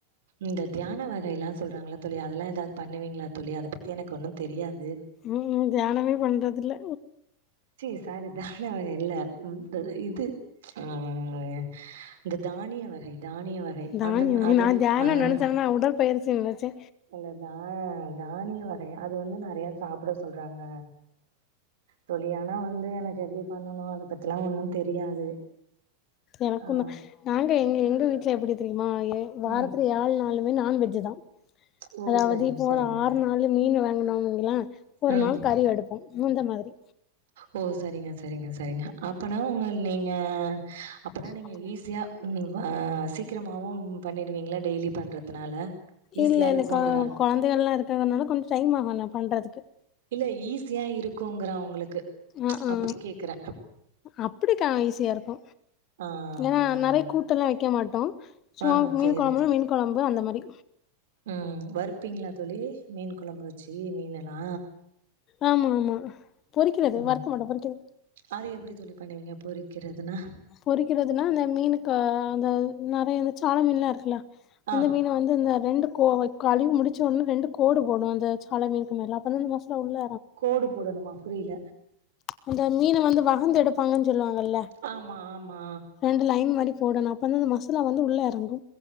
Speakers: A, on the right (about 60°); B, on the left (about 35°).
A: இந்த தியான வகை எல்லா சொல்றாங்கல்ல தோழி அதெல்லா எதாவது பண்ணுவீங்களா தோழி அதப்பத்தி எனக்கு ஒன்னுந் தெரியாது
B: ம் ம் தியானமே பண்றதில்ல
A: ச்சீ சாரி தியான வகை இல்ல உ இது ப்ச் ம் இந்த தானிய வகை தானிய வகை
B: தானியமா
A: அந்த அது
B: நா தியானோ
A: ஆஹ்
B: நெனச்சேன்னா உடற்பயிற்சி நெனச்சே
A: இல்லதா தானிய வகை அது அது வந்து நெறயா சாப்பிட சொல்றாங்க தோழி ஆனா வந்து எனக்கு எப்டி பண்ணணு அத பத்திலா ஒன்னு தெரியாது
B: எனக்குந்தா
A: ஆ
B: நாங்க எங்க எங் வீட்ல எப்புடி தெரியு மா ஏ வாரத்துல
A: ம்
B: ஏழ் நாள் எல்லாமே நான்வெஜ்தா
A: ஓ
B: அதாவது
A: சரிங்க
B: இப்போ
A: சரிங்க
B: ஆறு நாள் மீன் வே <unintelligible> ல ஒரு
A: ம்
B: நாள் கறி எடுப்போ இந்தமாதிரி
A: ஓ சரிங்க சரிங்க சரிங்க அப்பனா உங்க நீங்க அப்பனா நீங்க
B: அப்ப
A: ஈஸியா ம் ஆ சீக்கிரமாவு பண்ணிடுவீங்களா டெய்லி பண்றதுனால ஈஸியா
B: இல்ல எனக்கு
A: இருக்குங்கற
B: கொழந்தைகல்லா இருக்கறனால கொஞ்சோ டைம் ஆகு நா பண்ற அதுக்கு
A: இல்ல ஈஸியா இருக்குங்கற உங்களுக்கு ப்ச்
B: ஆ ஆ
A: அப்படி கேக்குற
B: அப்படிக்கா ஈஸியா இருக்கு
A: ஆ
B: ஏனா
A: அதா
B: நிறயா கூட்டோ எல்லா வெக்க மாட்டோ அ சும்மா
A: ஆ
B: மீன்
A: சேரி
B: கொழம்பு மீன் கொழம்பு அந்த மரி
A: ம் வறுப்பிங்ளா தோழி மீன் கொழம்பு வச் சீ மீனல் நா
B: ஆமா ஆமா பொறிக்கிறது
A: ம்
B: வறுக்க மாட்டோ பொறிக்கிறது
A: அது எப்புடி தோழி பண்ணுவீங்க பொறி கிறதுனா
B: பொறிக்கிறதுனா அந்த மீனு ப அந்த நறை அந்த சாள மீன்லா இருக்குல
A: ஆ
B: அந்த மீன் வந்து இந்த ரெண்டு கோவை கழுவி முடிச்ச உட்னே ரெண்டு கோடு போடு அந்தச் சாள மீன்க்கு மேல அப்பந்த இந்த மஸ்லா உள்ள
A: கோடு போடணுமா புரிய்ல
B: அந்த மீன வந்து வகந்து எடுப்பாங்கன் சொல்லுவாங்கல்ல
A: ஆமா ஆமா
B: ரெண்டு லைன் மாரி போடணு அப்பந்தா அந்த மஸ் துல வந்து உள்ள எறங்கு